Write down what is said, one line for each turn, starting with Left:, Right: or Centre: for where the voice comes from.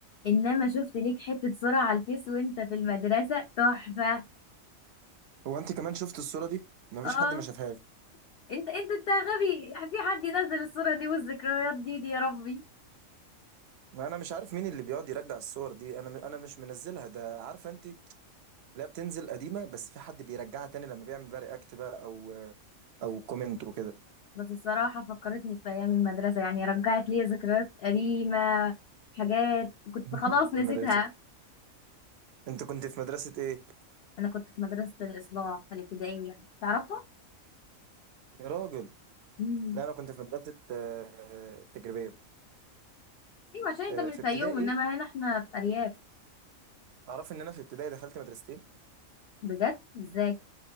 Left: انما شفت ليك حتة صورة على الفيس وانت في المدرسة تحفة
Right: هو انت كمان شفت الصورة دي ما
Left: اه
Right: فيش حد ما شافهاش
Left: انت انت انت غبي في حد ينزل الصورة دي والذكريات دي دي يا ربي
Right: ما انا مش عارف مين اللي بيقعد يرجع الصور دي انا انا مش منزلها ده عارفه انت لا بتنزل قديمة بس في حد بيرجعها تاني لما بيعمل بقى رياكت بقى او او كومنت وكده
Left: بس الصراحة فكرتني في ايام المدرسة يعني رجعت لي ذكريات قديمة حاجات كنت
Right: <laughs>
Left: خلاص
Right: في
Left: نسيتها
Right: المدرسة انت كنت في مدرسة ايه
Left: انا كنت في مدرسة الاصلاح الابتدائية تعرفها
Right: يا راجل
Left: امم
Right: لا انا كنت في مدرسة آه، تجريبية
Left: ايوه عشان انت
Right: آه،
Left: من
Right: في
Left: الفيوم
Right: ابتدائي
Left: انما هنا احنا في ارياف
Right: تعرف ان انا في ابتدائي دخلت مدرستين
Left: بجد ازاي